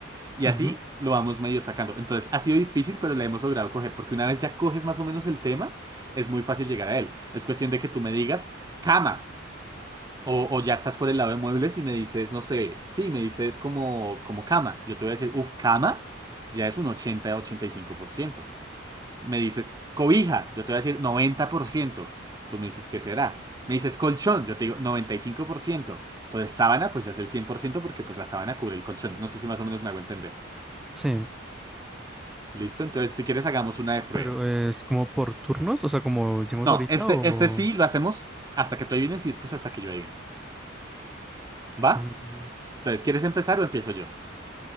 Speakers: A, on the right (about 20°); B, in the centre.
A: Y
B: Ujú,
A: así lo vamos medio sacando. Entonces, ha sido difícil, pero la hemos logrado coger, porque una vez ya coges más o menos el tema, es muy fácil llegar a él. Es cuestión de que tú me digas, cama, o, o ya estás por el lado de muebles y me dices, no sé, sí, me dices como, como cama. Yo te voy a decir, uff, cama, ya es un ochenta ochenta y cinco por ciento Me dices, cobija, yo te voy a decir noventa por ciento Tú me dices, ¿qué será? Me dices, colchón, yo te digo noventa y cinco por ciento Entonces, sábana, pues ya es el 100% porque pues la sábana cubre el colchón. No sé si más o menos me hago entender.
B: Sí.
A: Listo, entonces si quieres hagamos una de prueba.
B: Pero es como por turnos, o sea, como hicimos
A: No,
B: ahorita,
A: este,
B: o
A: este sí lo hacemos hasta que tú adivines y después hasta que yo adivine. ¿Va?
B: mm,
A: Entonces, ¿quieres empezar o empiezo yo?